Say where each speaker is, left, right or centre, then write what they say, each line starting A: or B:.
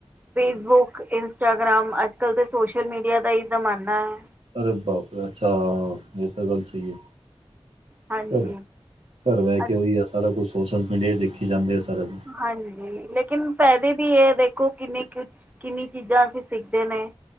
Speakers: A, on the right; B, on the right.
A: ਫੇਸਬੁਕ, ਇੰਸਟਾਗ੍ਰਾਮ ਅੱਜ- ਕਲ ਤਾਂ ਸੋਸ਼ਲ ਮੀਡੀਆ ਦਾ ਹੀ ਜ਼ਮਾਨਾ ਆ।
B: ਅਰੇ ਬਾਪ ਅੱਛਾ! ਇਹ ਤਾਂ ਗੱਲ ਸਹੀ ਐ।
A: ਹਾਂਜੀ
B: ਫਿਰ ਘਰ ਬਹਿ ਕੇ
A: ਅੱਜ
B: ਉਹੀ ਆ ਸਾਰਾ ਕੁਛ ਸੋਸ਼ਲ ਮੀਡੀਆ ਦੇਖੀ ਜਾਂਦੇ ਆ ਸਾਰਾ ਕੁਛ।
A: ਹਾਂਜੀ, ਲੇਕਿਨ ਫਾਇਦੇ ਵੀ ਇਹ ਦੇਖੋ ਕਿੰਨੇ ਕੁ ਕਿੰਨੀ ਚੀਜ਼ਾਂ ਅਸੀਂ ਸਿੱਖਦੇ ਨੇ,